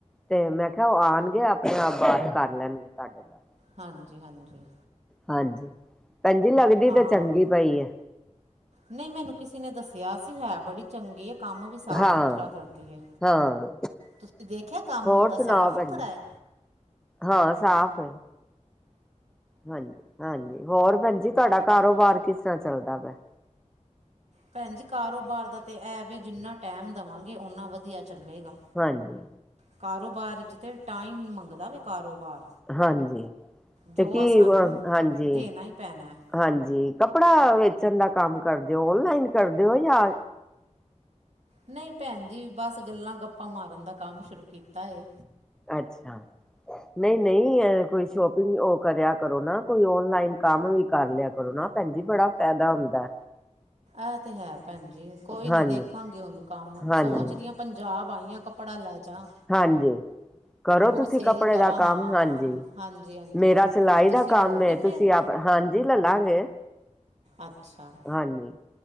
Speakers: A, in the centre; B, on the right.
A: ਤੇ ਮੈਂ ਕਿਹਾ ਔ ਆਣਗੇ ਆਪਣੇ ਆਪ ਬਾਤ ਕਰ ਲੈਣਗੇ, ਤੁਹਾਡੇ ਨਾਲ।
B: ਹਾਂਜੀ ਹਾਂਜੀ।
A: ਹਾਂਜੀ। ਭੈਣ ਜੀ ਲੱਗਦੀ
B: ਹਾਂ,
A: ਤਾਂ ਚੰਗੀ ਪਈ ਹੈ
B: ਨਹੀਂ ਮੈਨੂੰ ਕਿਸੇ ਨੇ ਦੱਸਿਆ ਸੀ ਹੈ ਬੜੀ ਚੰਗੀ ਏ ਕੰਮ ਵੀ ਸਾਫ
A: ਹਾਂ
B: ਸੁਥਰਾ ਕਰਦੀ ਏ,
A: ਹਾਂ
B: ਤੁਸੀਂ ਦੇਖਿਆ ਕੰਮ
A: ਹੋਰ
B: ਓਦਾ
A: ਸੁਣਾਓ
B: ਸਾਫ ਸੁਥਰਾ
A: ਭੈਣ ਜੀ
B: ਏ।
A: ਹਾਂ ਸਾਫ਼ ਹੈ ਹਾਂਜੀ ਹਾਂਜੀ, ਹੋਰ? ਭੈਣਜੀ, ਤੁਹਾਡਾ ਕਾਰੋਬਾਰ ਕਿਸ ਤਰ੍ਹਾਂ ਚੱਲਦਾ ਪਿਆ
B: ਭੈਣ ਜੀ ਕਾਰੋਬਾਰ ਦਾ ਤੇ ਐ ਵੇ ਜਿੰਨਾ ਟੈਮ ਦੇਵਾਂਗੇ ਔਨਾਂ ਵਧੀਆ ਚੱਲੇਗਾ।
A: ਹਾਂਜੀ।
B: ਕਾਰੋਬਾਰ ਚ ਤੇ ਟਾਈਮ ਮੰਗਦਾ ਵੇ ਕਾਰੋਬਾਰ।
A: ਹਾਂਜੀ,
B: ਜੋ
A: ਤੇ ਕੀ
B: ਸਾਨੂੰ
A: ਅ ਹਾਂਜੀ-ਹਾਂਜੀ
B: ਦੇਣਾ ਹੀ ਪੈਣਾ ਹੈ।
A: ਕੱਪੜਾ ਵੇਚ ਵੇਚਣ ਦਾ ਕੰਮ ਕਰਦੇ ਔ, ਔਨਲਾਈਨ ਕਰਦੇ ਔ ਜਾ
B: ਨਹੀਂ, ਭੈਣਜੀ ਬਸ ਗੱਲਾਂ ਗੱਪ ਗੱਪਾਂ ਮਾਰਨ ਦਾ ਕੰਮ ਸ਼ੁਰੂ ਕੀਤਾ ਏ।
A: ਅੱਛਾ, ਨਹੀਂ ਨਹੀਂ ਆ ਕੋਈ ਸ਼ੋਪਿੰਗ ਔ ਕਰਿਆ ਕਰੋ ਨਾ ਕੋਈ ਔਨਲਾਈਨ ਕੰਮ ਵੀ ਕਰ ਲਿਆ ਕਰੋ, ਨਾ ਭੈਣਜੀ ਬੜਾ ਫੈਦਾ ਹੁੰਦਾ।
B: ਐ ਤੇ ਹੈ ਭੈਣਜੀ ਕੋਈ
A: ਹਾਂਜੀ
B: ਨੀ ਦੇਖਾਂਗੇ ਹੁਣ ਕੰਮ
A: ਹਾਂਜੀ
B: ਸੋਚਰੀਆਂ ਪੰਜਾਬ ਵਾਹੀਆਂ ਕੱਪੜਾ ਲੈ ਜਾ।
A: ਹਾਂਜੀ ਕਰੋ
B: ਉਹ
A: ਤੁਸੀਂ
B: ਸੇਲ
A: ਕੱਪੜੇ
B: ਕਰਾਂ
A: ਦਾ
B: ਹਾਂ
A: ਕਮ, ਹਾਂਜੀ
B: ਹਾਂਜੀ ਹਾਂਜੀ।
A: ਮੇਰਾ ਸਿਲਾਈ
B: ਤੁਸੀਂ
A: ਦਾ
B: ਲਓਗੇ
A: ਕਮ ਏ
B: ਫਿਰ
A: ਤੁਸੀਂ ਆਪ ਹਾਂਜੀ ਲੇਲਾਂਗੇ
B: ਅੱਛਾ
A: ਹਾਂਜੀ।